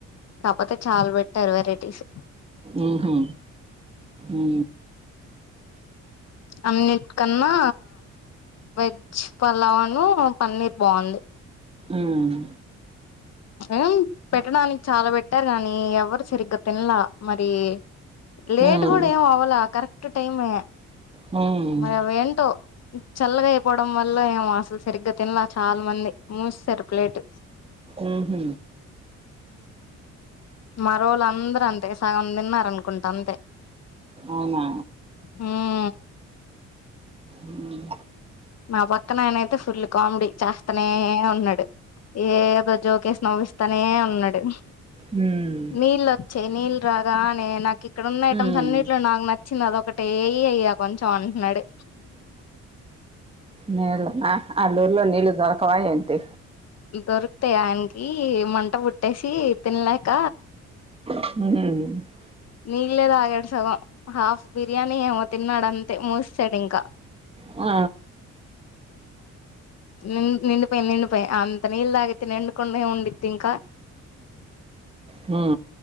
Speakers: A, on the left; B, on the right.
A: కాపోతే చాల్ పెట్టారు వెరైటీస్
B: ఊహు ఊ
A: అన్నిట్ కన్నా వెజ్ పలావన్ను పన్నీర్ బావుంది
B: ఊమ్
A: ఎయ్ పెట్టడానిక్ చాలా పెట్టారు కానీ ఎవరు సరిగ్గా తిన్లా మరీ లేట్
B: మ్మ్.
A: కూడా ఏం అవల కరెక్ట్ టైమే
B: హ్మ్.
A: మరి అవేంటో చల్లగా అయిపోవడం వల్ల ఏమో అసలు సరిగ్గా తినల చాలా మంది మూస్సారు ప్లేట్
B: ఊహ్
A: మరోల అందరూ అంతే సాగం తిన్నరు అనుకుంటా అంతే
B: అవునా
A: మ్
B: ఉమ్
A: మా పక్క నాయనైతే ఫుల్ కామెడీ చేస్తనే ఉన్నాడు ఏదో జోకేసి నవ్విస్తానే ఉన్నాడు
B: హ్మ్.
A: నీళ్ళు వచ్చాయి నీళ్లు రాగానే నాకు ఇక్కడ ఉన్న
B: హ్మ్.
A: ఐటెమ్స్ అన్నింటిలో నాకు నచ్చ చ్చినవి అదొకటె ఏ అయ్యా కొంచెం అది అంటున్నాడు
B: నేళ్ళ ఆ అల్ ఊర్లో నీళ్ళు దొరకవా ఏంటి
A: దొరుకుతాయి ఆయనకి మంట పుట్టేసి తినలేక
B: ఉహ్
A: నీళ్లే తాగాడు సగం హాఫ్ బిర్యానీ ఏమో తిన్నాడు అంతే మూసేసడు ఇంకా
B: ఆ
A: ఉ నిండి పోయింద్ నిండి పోయింద్ అంత నిల్దగగితి నెంకొే ఉండిత్తి ఇంకా
B: ఉ